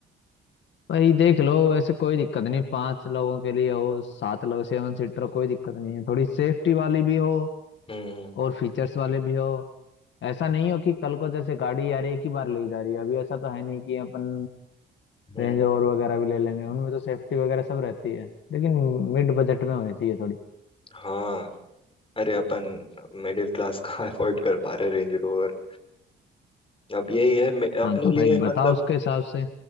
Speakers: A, on the left; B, on the left.
A: भाई देख लो ऐसे कोई दिक्कत नहीं पांच लोगों के लिए हो सात लोग सेवन सीटर कोई दिक्कत नहीं है थोड़ी सेफ्टी वाली भी हो
B: हम्म हम्म,
A: और फीचर्स वाली भी हो ऐसा नहीं हो कि कल को जैसे गाड़ी यार एक ही बार ले जा रही है अभी ऐसा तो है नहीं कि अपन
B: हम्म,
A: रेंज
B: हम्म।
A: रोवर वगैरह भी ले लेंगे उनमें तो सेफ्टी वगैरह सब रहती है लेकिन मिड बजट में होनी चाहिए थोड़ी
B: हाँ अरे अपन मिडिल क्लास कहाँ अफोर्ड <laughs> कर पा रहे रेंज रोवर अब यही है मे- अपने
A: हाँ तो
B: लिए
A: भाई बताओ
B: मतलब
A: उसके हिसाब से